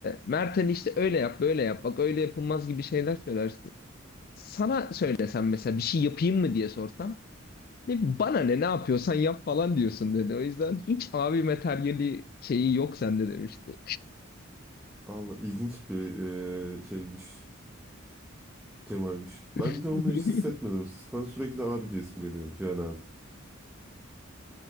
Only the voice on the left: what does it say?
Mert hani işte öyle yap böyle yap bak öyle yapılmaz gibi şeyler söylersin. Sana söylesem mesela bir şey yapayım mı diye sorsam ne bana ne ne yapıyorsan yap falan diyorsun dedi. O yüzden hiç abi materyali şeyi yok sende demişti.
<laughs>